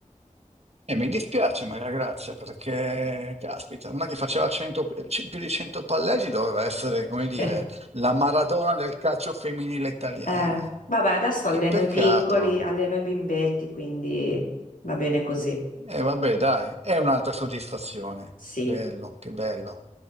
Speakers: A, on the right (about 50°); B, on the left (about 80°).
A: E mi dispiace, Maria Grazia, perché, caspita, una che faceva 100 c- più di 100 palleggi doveva essere, come dire,
B: Eh, <laughs>
A: la Maradona del calcio femminile italiano.
B: eh, vabbè, adesso alleno
A: Che peccato.
B: i piccoli, alleno i bimbetti, quindi va bene così.
A: E vabbè, dai, è un'altra soddisfazione.
B: Sì.
A: Bello, che bello.